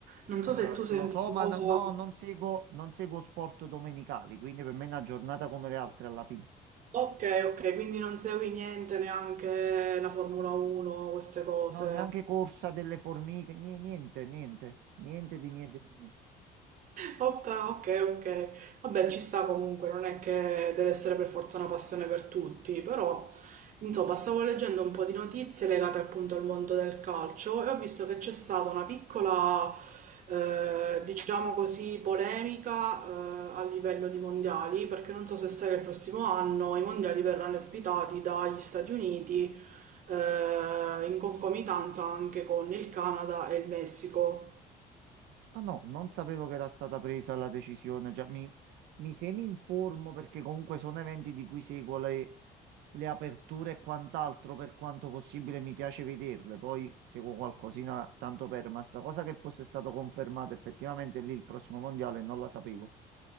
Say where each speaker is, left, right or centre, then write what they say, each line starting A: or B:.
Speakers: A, on the right; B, on the right.
A: Non so
B: Allora,
A: se tu
B: s-
A: sei
B: lo
A: un
B: so,
A: tifoso.
B: ma no, no, non seguo, non seguo sport domenicali, quindi per me è una giornata come le altre alla fine.
A: Ok, ok, quindi non segui niente, neanche la Formula 1, queste cose.
B: No, neanche corsa delle formiche, ni- niente, niente, niente di niente di niente.
A: Oppa, ok, ok. Vabbè, ci sta comunque, non è che deve essere per forza una passione per tutti, però insomma, stavo leggendo un po' di notizie legate appunto al mondo del calcio e ho visto che c'è stata una piccola, eh, diciamo così, polemica, eh, a livello di mondiali, perché non so se sai che il prossimo anno i mondiali verranno ospitati dagli Stati Uniti, eh, in concomitanza anche con il Canada e il Messico.
B: Ah no, non sapevo che era stata presa la decisione, già mi, mi semi informo perché comunque sono eventi di cui seguo le, le aperture e quant'altro, per quanto possibile mi piace vederle, poi seguo qualcosina tanto per, ma sta cosa che fosse stato confermato effettivamente lì il prossimo mondiale non la sapevo.